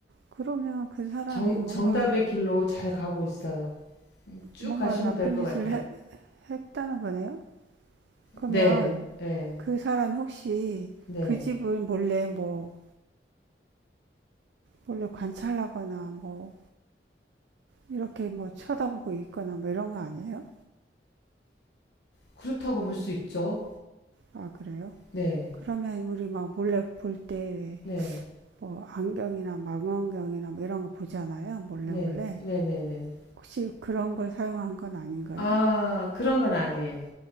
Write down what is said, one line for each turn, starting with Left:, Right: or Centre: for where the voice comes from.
Right: 그러면 그 사람이
Left: 정,
Right: 뭔가,
Left: 정답의 길로 잘 가고 있어요. 쭉
Right: 뭔가
Left: 가시면
Right: 나쁜
Left: 될 것
Right: 짓을
Left: 같아요.
Right: 해- 했다는 거네요? 그러면
Left: 네. 네
Right: 그 사람이 혹시
Left: 네.
Right: 그 집을 몰래 뭐, 몰래 관찰하거나 뭐, 이렇게 뭐 쳐다보고 있거나 뭐 이런 거 아니에요?
Left: 그렇다고 볼 수 있죠.
Right: 아, 그래요?
Left: 네.
Right: 그러면 우리 막 몰래 볼 때 왜
Left: 네.
Right: 뭐 안경이나 망원경이나 뭐 이런 거 보잖아요. 몰래
Left: 네.
Right: 몰래.
Left: 네네네.
Right: 혹시 그런 걸 사용한 건 아닌가요?
Left: 아, 그런 건 아니에요.